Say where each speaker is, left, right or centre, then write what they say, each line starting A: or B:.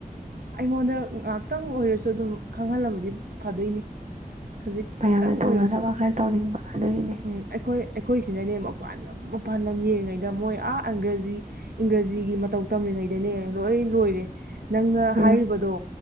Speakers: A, on the right; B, on the right.
A: ꯑꯩꯉꯣꯟꯗ ꯉꯍꯥꯛꯇꯪ ꯑꯣꯏꯔꯁꯨ ꯑꯗꯨꯝ ꯈꯪꯍꯜꯂꯝꯕꯗꯤ ꯐꯗꯣꯏꯅꯤ ꯈꯖꯤꯛꯇꯪ
B: ꯃꯌꯥꯝꯅ ꯇꯧꯅꯗꯕ
A: ꯑꯣꯏꯔꯁꯨ
B: ꯈꯔ ꯇꯧꯅꯤꯡꯕ ꯑꯗꯨꯒꯤꯅꯤ
A: ꯎꯝ ꯑꯩꯈꯣꯏ ꯑꯩꯈꯣꯏꯁꯤꯅꯅꯦ ꯃꯄꯥꯟ ꯑꯝꯃꯣꯛ ꯄꯥꯟꯕꯝ ꯌꯦꯡꯉꯤꯉꯩꯗ ꯃꯣꯏ ꯑꯥ ꯑꯪꯒ꯭ꯔꯖꯤ ꯏꯪꯒ꯭ꯔꯖꯤꯒꯤ ꯃꯇꯧ ꯇꯝꯔꯤꯉꯩꯗꯅꯦ ꯂꯣꯏ ꯂꯣꯏꯔꯦ ꯅꯪꯅ
B: ꯑ
A: ꯍꯥꯏꯔꯤꯕꯗꯣ